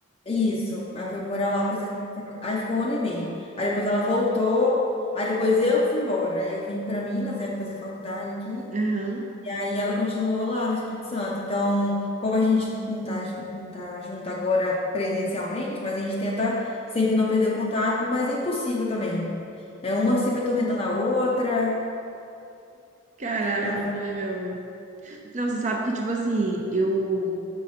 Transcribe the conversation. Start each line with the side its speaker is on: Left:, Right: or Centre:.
Left: Isso, ela foi morar lá fazer. Aí ficou um ano e meio. Aí depois ela voltou. Aí depois eu que fui embora. Aí eu vim para Minas, né, fazer faculdade aqui.
Right: Aham.
Left: E aí ela continuou lá no Espírito Santo. Então, como a gente não tá, não tá junto agora presencialmente, mas a gente tenta sempre não perder o contato, mas é impossível também. É uma sempre atormentando a outra.
Right: Caraca,
Left: É a fa-
Right: que legal. hein? Não, você sabe que, tipo assim, eu,